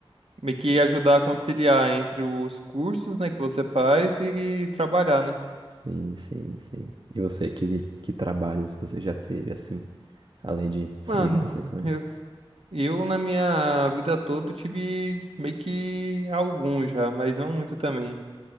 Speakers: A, on the right (about 75°); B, on the right (about 55°).
A: meio que ajudar a conciliar entre os cursos, né, que você faz e trabalhar, né?
B: Sim, sim, sim. E você, que, que trabalhos você já teve, assim, além de freelancer
A: Mano,
B: também?
A: Eu, na minha vida toda, tive meio que alguns já, mas não muito também.